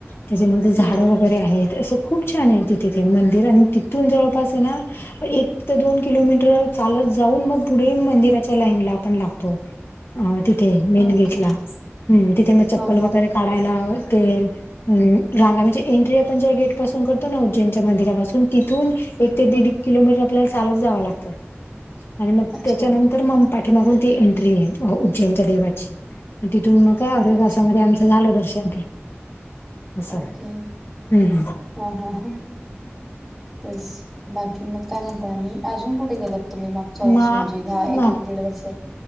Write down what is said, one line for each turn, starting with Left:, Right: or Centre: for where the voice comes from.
Left: त्याच्यामध्ये झाडं
Centre: हम्म हम्म
Left: वगैरे आहेत. असं खूप छान आहे, तिथे ते मंदिर आणि तिथून जवळ तस ना, एक ते दोन किलोमीटर चालत जाऊन, मग पुढे मंदिराच्या लाईन ला आपण लागतो. अ तिथे मेन
Centre: ओके
Left: गेटला, हम्म, तिथे मग चप्पल
Centre: हा हा
Left: वगैरे काढायला ते अ रांगा जे एंट्री आपण ज्या गेट पासून करतो ना उज्जैनच्या मंदिरापासून तिथून एक ते दीड
Centre: हं,
Left: किलोमीटर आपल्याला चालत जावं लागतं. आणि मग
Centre: अच्छा,
Left: तेच्यानंतरम पाठी मागून ती एंट्री ये उज्जैनच्या देवाची, तिथून मग का अर्धतासामध्ये
Centre: अच्छा.
Left: आमचं झाल दर्शन ते. असं.
Centre: ओके,
Left: हम्म हम्म.
Centre: हा हा ह. तस, बाकी मग काय म्हणताय आणि अजून कुठे गेलात? तुम्ही मागच्या वर्ष
Left: मा
Centre: म्हणजे, ह्या
Left: माग
Centre: एक दीड वर्ष